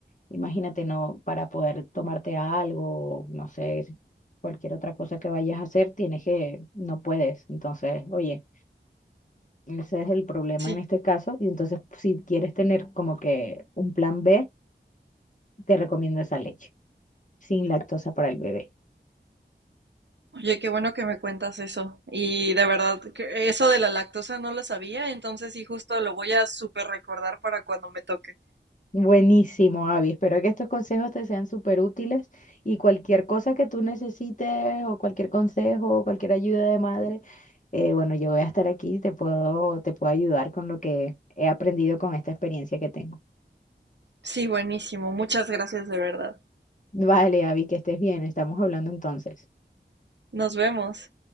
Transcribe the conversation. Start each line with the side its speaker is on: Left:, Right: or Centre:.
Left: Imagínate, no, para poder tomarte algo, no sé, si cualquier otra cosa que vayas a hacer, tienes que, no puedes. Entonces, oye, ese es el problema
Right: Sí.
Left: en este caso. Y entonces, si quieres tener como que un plan B, te recomiendo esa leche, sin lactosa para el bebé.
Right: Oye, qué bueno que me cuentas eso. Y de verdad, que eso de la lactosa no lo sabía, entonces sí, justo lo voy a súper recordar para cuando me toque.
Left: Buenísimo, Avi. Espero que estos consejos te sean súper útiles y cualquier cosa que tú necesites o cualquier consejo o cualquier ayuda de madre, eh, bueno, yo voy a estar aquí te puedo, te puedo ayudar con lo que he aprendido con esta experiencia que tengo.
Right: Sí, buenísimo. Muchas gracias de verdad.
Left: Vale, Avi, que estés bien. Estamos hablando entonces.
Right: Nos vemos.